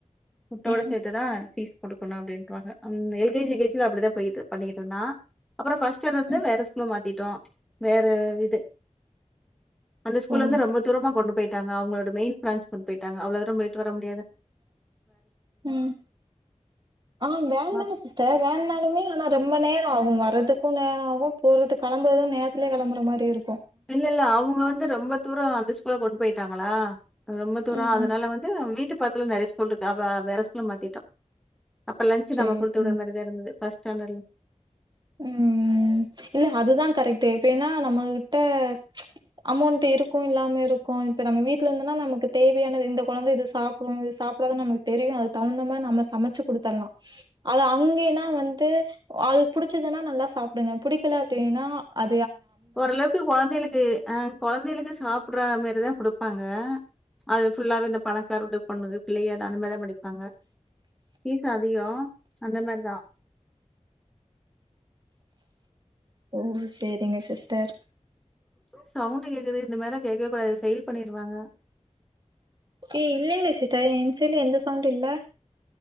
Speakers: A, in the centre; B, on the right.
A: ஃபுட்டோட
B: ம்
A: சேத்துதா ஃபீஸ் குடுக்கணு அப்டின்ருவாங்க அந் L K G, U K ஜில அப்டிதா போய்ட்டு பண்ணிக்கிட்டுருந்தா அப்புற ஃபஸ்ட் ஸ்டாண்டுலருந்து
B: ம்
A: வேற ஸ்கூல மாத்திட்டோ வேற இது அந்த ஸ்கூல
B: ஓ
A: வந்து ரொம்ப தூரமா கொண்டு போய்ட்டாங்க அவங்களோட மெயின் பிரான்ச் கொண்டு போய்ட்டாங்க அவ்ளோ தூர போய்ட்டு வர முடி
B: உம் ஆஹ் வேன்
A: அப்
B: தான சிஸ்டர் வேன்னாலுமே ரொம்ப நேரோ ஆகு வர்றதுக்கு நேர ஆவும் போறது கெளம்புறது நேரத்துலயே கெளம்புற மாரி இருக்
A: இல்ல இல்ல அவுங்க வந்து ரொம்ப தூரோ அந்த ஸ்கூல கொண்டு போய்ட்டாங்களா ரொம்ப தூரோ
B: ம்
A: அதனால வந்து நம்ம வீட்டு பக்கத்துல நெறய ஸ்கூல்ருக்கு அப்றோ வேற ஸ்கூல்ல மாத்திட்டோ அப்ப லஞ்ச்
B: சேரி
A: நம்ம குடுத்து
B: சேரி
A: விட்ற மாரி தா இருந்துது ஃபஸ்ட் ஸ்டேண்டட்ல
B: உம் இல்ல அதுதா கரெக்ட்டு இப்ப என்னா நம்மகிட்ட ப்ச் அமௌண்ட் இருக்கு இல்லாம இருக்கு இப்ப நம்ம வீட்ல இந்துனா நமக்கு தேவையானது இந்த கொழந்தை இது சாப்புடு இது சாப்படாதுன் நமக்கு தெரியு அதுக் தவுந்தமாரி நாம்ம சமைச்சு குடுத்தர்லா அது அங்கினா வந்து அது புடிச்சுதுன்னா நல்லா சாப்டுங்க புடிக்கல அப்டினா அ
A: ஓரளவுக்கு கொழந்தைளுக்கு அ கொழந்தைகளுக்கு சாப்பட்ற மாரிதா குடுப் பாங்க அது ஃபுல்லாவே இந்த பணக்கார்வீட்டு பொண்ணுக பிள்ளைைக அத அந்த மாரிதா படிப்பாங்க ஃபீஸூ அதிகோ அந்த மார்தா
B: ஓ சேரிங்க சிஸ்டர்
A: <inaudible> சவுண்டு கேக்குது இந்த மாரிலா கேக்கவேகூடாது இது ஃபெயில் பண்ணிருவாங்க
B: ஏ இல்லைங்க சிஸ்டர் என் சைட்ல எந்த சவுண்டு இல்ல